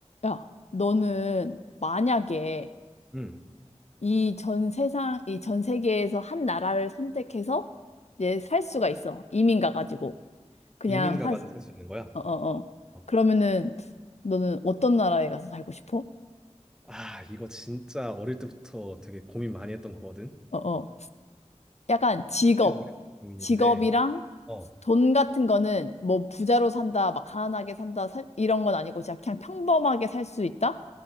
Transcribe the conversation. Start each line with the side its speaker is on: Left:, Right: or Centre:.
Left: 야, 너는 만약에
Centre: 음,
Left: 이 전 세상, 이 전 세계에서 한 나라를 선택해서 이제 살 수가 있어. 이민 가가지고. 그냥
Centre: 이민 가가지고
Left: 사,
Centre: 살 수 있는 거야.
Left: 어, 어, 어.
Centre: 어.
Left: 그러면은 너는 어떤 나라에 가서 살고 싶어?
Centre: 아, 이거 진짜 어릴 때부터 되게 고민 많이 했던 거거든.
Left: 어, 어. 약간 직업,
Centre: 이 중에 고민인데,
Left: 직업이랑
Centre: 어,
Left: 돈 같은 거는 뭐 부자로 산다, 막 가난하게 산다, 살- 이런 건 아니고 진짜 그냥 평범하게 살 수 있다?